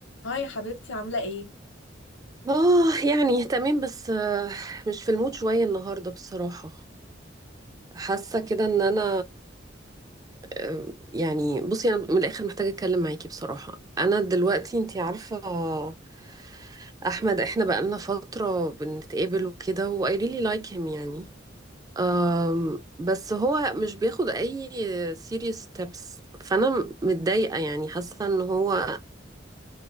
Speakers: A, on the left; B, on the right.
A: هاي يا حبيبتي عاملة ايه؟
B: اه يعني تمام بس آه، مش في المود شوية النهاردة بصراحة حاسة كده ان انا آه، يعني بصي انا من الاخر محتاجة اتكلم معاكي بصراحة انا دلوقتي انتي عارفة آه، احمد احنا بقالنا فترة بنتقابل وكده و I really like him يعني آم، بس هو مش بياخد اي serious steps فانا متضايقة يعني حاسة ان هو